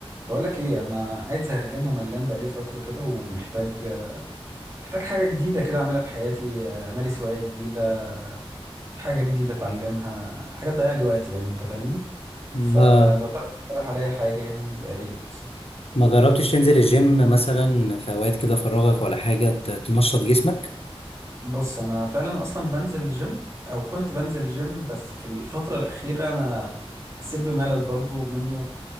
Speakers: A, on the right; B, on the left.
A: بقولك ايه انا قاعد زهقان وملان بقالي فتره كده ومحتاج محتاج حاجه جديده كده اعملها في حياتي آه، امارس هوايه جديده حاجه جديده اتعلمها حاجه تضيع لي وقتي يعني انت فاهمني فلو
B: ما
A: تعرف تقترح عليا حاجه يعني يبقى يا ريت
B: ما جربتش تنزل الجيم مثلا في اوقات كده فراغك ولا حاجه ت- تنشط جسمك
A: بص انا فعلا اصلا بنزل الجيم او كنت بنزل الجيم بس في الفتره الاخيره انا حسيت بملل برضو منه